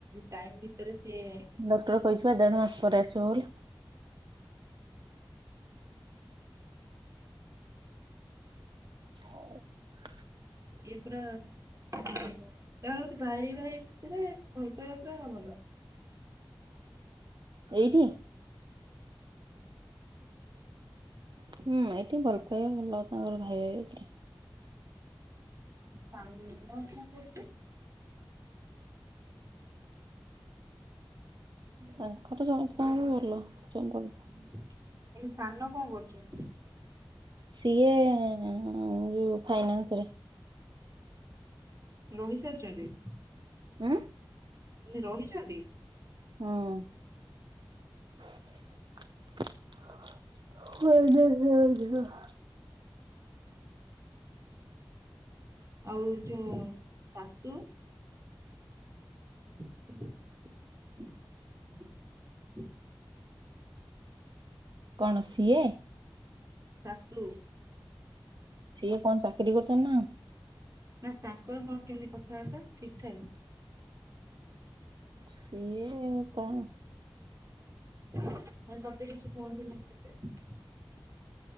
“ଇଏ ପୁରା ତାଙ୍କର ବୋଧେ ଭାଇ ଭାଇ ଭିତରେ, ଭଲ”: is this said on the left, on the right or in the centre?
Right